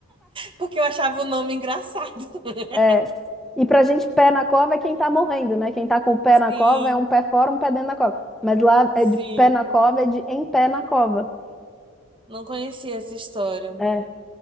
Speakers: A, on the right; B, in the centre.
A: Porque eu achava o nome engraçado. <laughs>
B: É. E pra gente, pé na cova é quem tá morrendo, né? Quem tá com o pé
A: Sim,
B: na cova é um pé fora, um pé dentro da cova. Mas lá é
A: sim.
B: de pé na cova, é de em pé na cova.
A: Não conhecia essa história.
B: É,